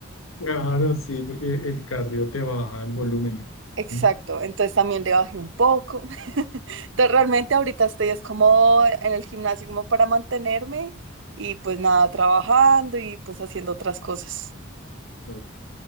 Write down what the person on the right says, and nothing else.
Exacto,
entonces también le bajé un poco. <laughs> Entonces realmente ahorita estoy es como en el gimnasio como para mantenerme y pues nada, trabajando y pues haciendo otras cosas.